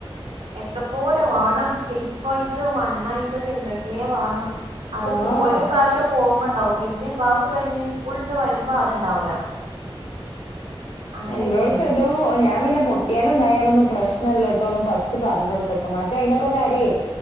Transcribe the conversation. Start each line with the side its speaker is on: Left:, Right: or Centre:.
Right: എത്ര പോര വാണം ക്ലിപ്പായിറ്റും വണ്ണായി എന്തൊക്കെയോ വേണം അത്
Left: ആഹ്
Right: ഒരു പ്രാവശ്യം പോകുമ്പോ ഉണ്ടാവും പിന്നെ ക്ലാസ് കഴിഞ്ഞ് സ്കൂളി വിട്ട് വരുമ്പോൾ അതുണ്ടാവില്ല. അങ്ങനെയൊക്കെയാണ്
Left: എന്റോടത്ത് എന്തോ ഞാൻ പിന്നെ പൊട്ടിയാലും എന്തായാലു ഒന്നും പ്രശ്നല്ല കേട്ടോ ഒന്ന് ഫസ്റ്റ് പറഞ്ഞ കൊടുത്തേക്കും മറ്റേ അതിനൊക്കെ കരയും.